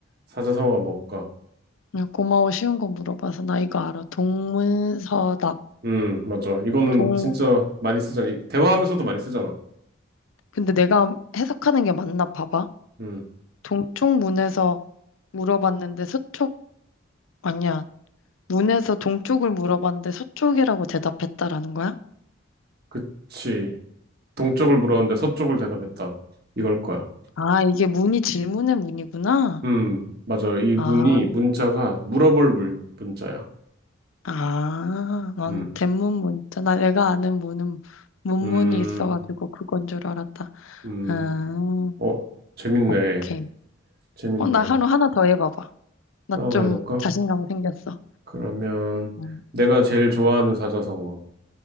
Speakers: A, on the right; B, on the left.
A: 사자성어가 뭘까?
B: 야, 고마워. 쉬운 거 물어봐서 나 이거 알아. 동문서답.
A: 응, 맞아. 이거는
B: 동,
A: 진짜 많이 쓰잖아. 이- 대화하면서도 많이 쓰잖아.
B: 근데 내가 해석하는 게 맞나 봐봐.
A: 응,
B: 동쪽 문에서 물어봤는데 서쪽 아니야. 문에서 동쪽을 물어봤는데 서쪽이라고 대답했다라는 거야?
A: 그치. 동쪽을 물었는데 서쪽을 대답했다. 이걸 거야.
B: 아, 이게 문이 질문의 문이구나.
A: 음, 맞아. 이 문이,
B: 아,
A: 문자가 물어볼 문, 문자야.
B: 아, 난
A: 음,
B: 대문 문 있잖아. 내가 아는 문은 문문이
A: 음,
B: 있어가지고 그건 줄 알았다.
A: 음.
B: 음,
A: 어, 재밌네.
B: 오케이.
A: 재밌네.
B: 어, 나 하루 하나 더 해봐봐. 나
A: 하나
B: 좀
A: 더 해볼까?
B: 자신감 생겼어.
A: 그러면,
B: 응,
A: 내가 제일 좋아하는 사자성어.